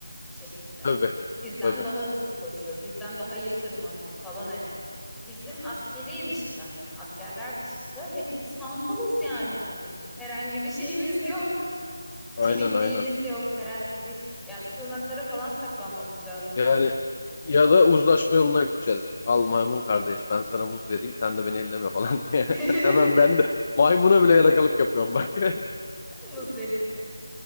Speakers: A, in the centre; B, on the left.
A: bir şekilde.
B: Tabii.
A: Bizden
B: Tabii.
A: daha hızlı koşuyor, bizden daha iyi tırmanıyor falan hani. Bizim askeri dışında hani askerler dışında hepimiz hantalız yani hani. Herhangi bir şeyimiz yok.
B: Aynen
A: Çevikliğimiz
B: aynen.
A: yok. Herhangi bir ş- ya sığınaklara falan saklanmamız lazım
B: Yani
A: bence.
B: ya da uzlaşma yoluna gideceğiz. Al maymun kardeş ben sana muz vereyim sen de beni elleme falan diye.
A: <laughs>
B: <laughs> Hemen ben de maymuna bile yalakalık yapıyorum bak. <laughs>
A: Muz vereyim sana.